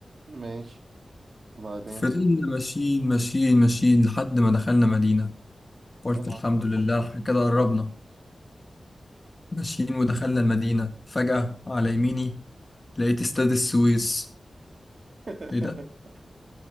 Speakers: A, on the right; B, on the left.
A: ماشي وبعدين
B: فضلنا ماشيين ماشيين ماشيين لحد ما دخلنا مدينة قلت
A: اه
B: الحمد لله إحنا كده قربنا ماشيين ودخلنا المدينة فجأة على يميني لقيت استاد السويس
A: <laughs>
B: ايه ده؟